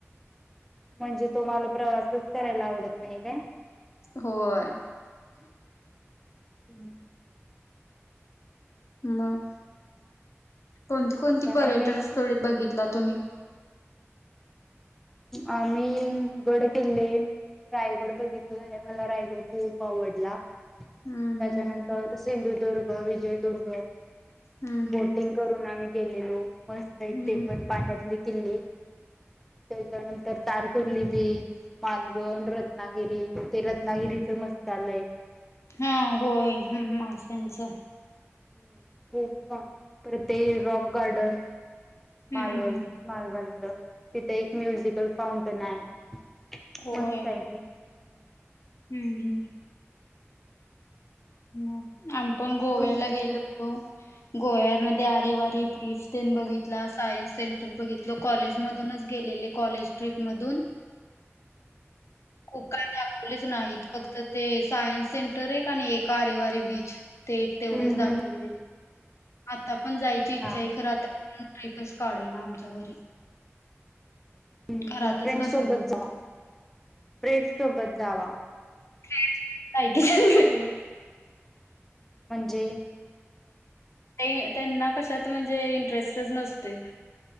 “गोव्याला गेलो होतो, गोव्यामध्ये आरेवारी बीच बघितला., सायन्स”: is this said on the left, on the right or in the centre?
Left